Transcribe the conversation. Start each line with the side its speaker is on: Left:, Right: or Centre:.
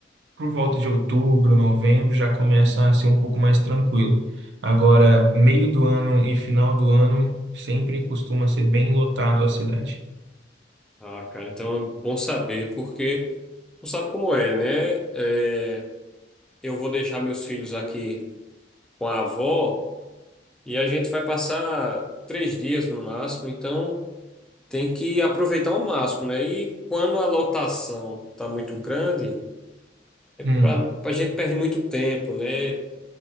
Right: por volta de outubro, novembro, já começa a ser um pouco mais tranquilo. Agora, meio do ano e final do ano sempre costuma ser bem lotado a cidade.
Centre: Ah, cara, então é bom saber, porque tu sabe como é, né? É, eu vou deixar meus filhos aqui com a avó e a gente vai passar três dias no máximo, então tem que aproveitar ao máximo, né? E quando a lotação tá muito grande,
Right: Hum,
Centre: para a gente perde muito tempo, né?